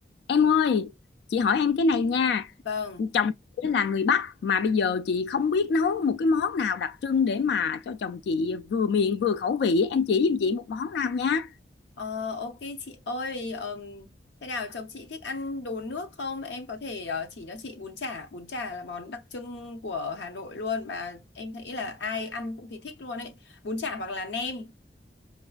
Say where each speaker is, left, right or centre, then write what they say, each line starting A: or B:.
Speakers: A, on the left; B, on the left.
A: Em ơi, chị hỏi em cái này nha.
B: Vâng,
A: Chồng chị là người Bắc mà bây giờ chị không biết nấu một cái món nào đặc trưng để mà cho chồng chị vừa miệng vừa khẩu vị. Em chỉ giùm chị một món nào nha.
B: Ờ, ok chị ơi, ờm, thế nào chồng chị thích ăn đồ nước không? Em có thể ờ, chỉ cho chị bún chả, bún chả là món đặc trưng của Hà Nội luôn mà em thấy là ai ăn cũng thì thích luôn ấy. Bún chả hoặc là nem,